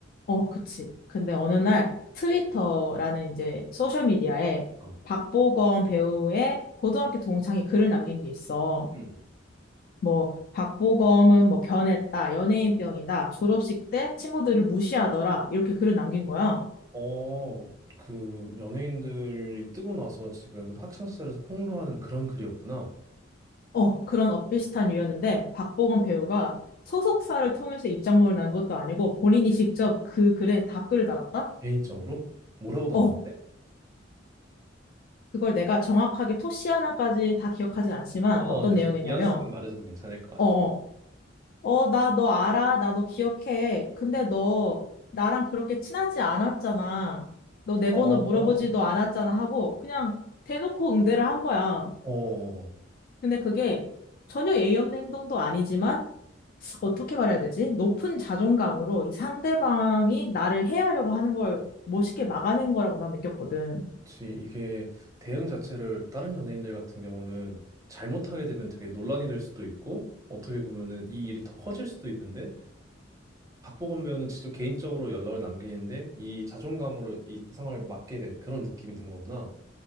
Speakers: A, on the left; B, on the right.
A: 어 그치. 근데 어느 날 트위터라는 이제 소셜 미디어에
B: 어.
A: 박보검 배우의 고등학교 동창이 글을 남긴 게 있어.
B: 음.
A: 뭐 박보검은 뭐 변했다, 연예인병이다, 졸업식 때 친구들을 무시하더라 이렇게 글을 남긴 거야.
B: 어, 그 연예인들이 뜨고 나서 지금 학창시절에서 폭로하는 그런 글이었구나.
A: 어, 그런 엇비슷한 이유였는데 박보검 배우가 소속사를 통해서 입장문을 난 것도 아니고 본인이 직접 그 글에 답글을 달았다?
B: 개인적으로? 뭐라고 달았는데?
A: 어, 그걸 내가 정확하게 토씨 하나까지 다 기억하진 않지만
B: 어,
A: 어떤
B: 대충
A: 내용이었냐면
B: 뉘앙스만 말해줘도 괜찮을 것 같아.
A: 어어 어, 나 너 알아. 나 너 기억해. 근데 너 나랑 그렇게 친하지 않았잖아. 너 내
B: 어.
A: 번호 물어보지도 않았잖아 하고 그냥 대놓고 응대를 한 거야.
B: 어,
A: 근데 그게 전혀 예의 없는 행동도 아니지만 어떻게 말해야 되지? 높은 자존감으로 이 상대방이 나를 해하려고 하는 걸 멋있게 막아낸 거라고 난 느꼈거든.
B: 그치. 이게 대응 자체를 다른 연예인들 같은 경우는 잘못하게 되면 되게 논란이 될 수도 있고, 어떻게 보면은 이 일이 더 커질 수도 있는데, 박보검 배우는 직접 개인적으로 연락을 남기는데, 이 자존감으로 이 상황을 맞게 된 그런 느낌이 든 거구나.